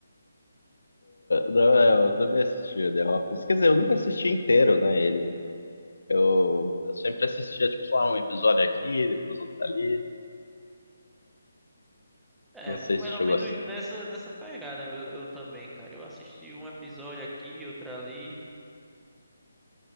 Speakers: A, on the left; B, in the centre.
A: Não, é, eu também assistia The Office. Quer dizer, eu nunca assisti inteiro, né, ele. Eu, eu sempre assistia, tipo, sei lá, um episódio aqui, depois outro ali.
B: É,
A: Não
B: foi
A: sei
B: mais
A: se chegou
B: ou menos
A: a... s-
B: nessa nessa pegada eu, eu também, cara. Eu assisti um episódio aqui, outro ali.